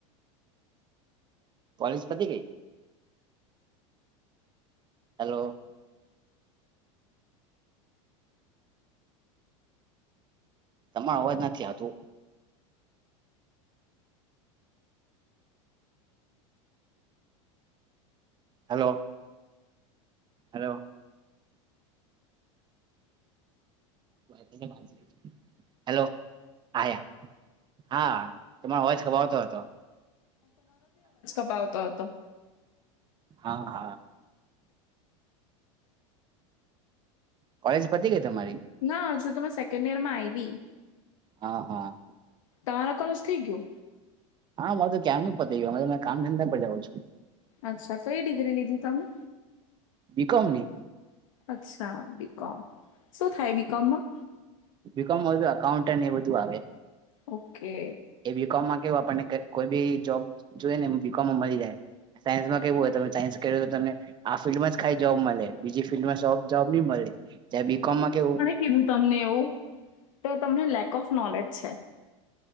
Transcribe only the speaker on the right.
કોલેજ પતી ગય? હાલો. તમાર અવાજ નથી આવતો હાલો. હાલો. <unintelligible> હેલો આયા હા તમારો અવાજ ખબાવતો હતો.
હા. કોલેજ પતી ગઈ તમારી
હા હા.
હા મારૂ તો કેમ નું પતિ ગીયું હમણાં તો મેં કામ ધંદા પર જાઉં છું
બી કોમ ની?
બીકોમ વધું અકાઉન્ટ એ બધું આવે
એ બીકોમમાં કેવ આપણને કોઈ બી જોબ જોઈને એ બીકોમમાં મલી જાય સાયન્સમાં કેવુ હોય તમે સાયન્સ કરયું તો તમે આ ફિલ્ડ માં જ ખાલી જોબ મળે બીજી ફિલ્ડમાં જોબ-જોબ નહી મળે જ બી કોમમાં કેવું.